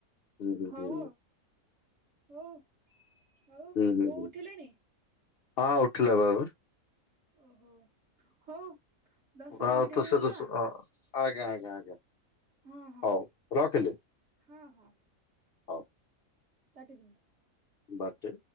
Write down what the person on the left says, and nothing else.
ହୁଁ ହୁଁ
ହୁଁ।
ହୁଁ ହୁଁ
ହୁଁ
ହଁ ଉଠିଲା ବା ଏବେ
ଆଉ
ତ
ସେ ତ ସ- ଅ, ଆଜ୍ଞା ଆଜ୍ଞା ଆଜ୍ଞା।
ହଉ ରଖିଲି
ହଉ
ବାଟେ।